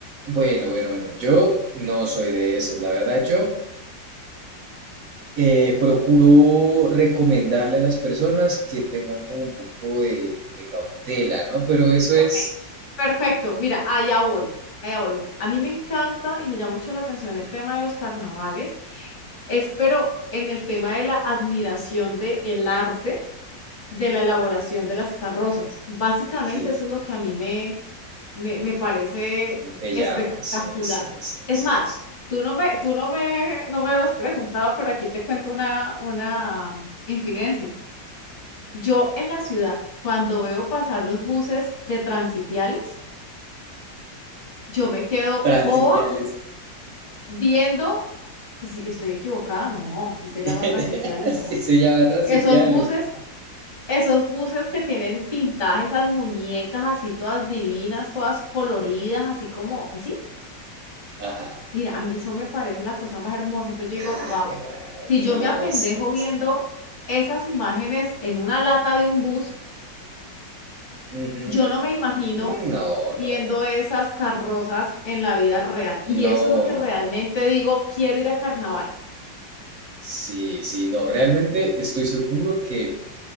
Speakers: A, on the right; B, on the left.
A: Bueno, bueno, bueno, yo no soy de esos, la verdad, yo Eh, procuro recomendarle a las personas que tengan como un poco de, de cautela, ¿no? Pero eso es,
B: Ok, Perfecto, mira, allá voy, allá voy, mira, a mí me encanta y me llama mucho la atención el tema de los carnavales, es pero en el tema de la admiración del arte, de la elaboración de las carrozas. Básicamente
A: sí,
B: eso es lo que a mí me, Me, me parece
A: mm, te
B: espectacular.
A: llama, sí, sí, sí,
B: Es
A: sí,
B: más,
A: sí.
B: tú no me, tú no me, no me lo has preguntado, pero aquí te cuento una, una infidencia. Yo en la ciudad, cuando veo pasar los buses de transipiales, yo me quedo
A: Transipiales.
B: boba viendo, si estoy equivocada, no, si
A: <laughs>
B: se llama transipiales, ¿no?
A: Sí, se llama transipiales.
B: Esos buses, esos buses que tienen pintajes, esas muñecas así todas divinas, todas coloridas, así como, así
A: Ajá.
B: Mira, a mí eso me parece la cosa más hermosa. Entonces yo digo,
A: Ah,
B: wow,
A: qué madre,
B: si yo
A: no,
B: me apendejo
A: sí,
B: viendo
A: sí.
B: esas imágenes en una lata de un bus,
A: Ujú.
B: yo no me imagino
A: No,
B: viendo
A: no, no,
B: esas carrozas en la vida real. Y
A: no,
B: eso es lo que realmente
A: no.
B: digo, quiero ir a carnavales.
A: Sí, sí, no, realmente estoy seguro que